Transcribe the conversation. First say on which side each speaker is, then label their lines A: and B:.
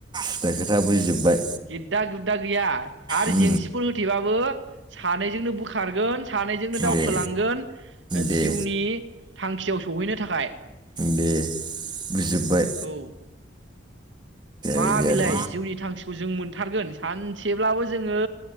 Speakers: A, on the right; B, on the right.
A: सिदा खोथा बुजिजोब्बाय
B: गेद्दा गुद्दा गैया आरो
A: उम
B: जेंसिफोर होथेबाबो सानैजोंनो बोखारगोन सानैजोंनो दावखोलांगोन
A: दे दे
B: जिउनि थांखियाव स सौहैनो थाखाय।
A: दे बुजि जोबबाय।
B: औ मा
A: बिदि
B: बिलाइ
A: आरो
B: जिउनि थांखिखौ जों मोनथारगोन सानसेब्लाबो जोङो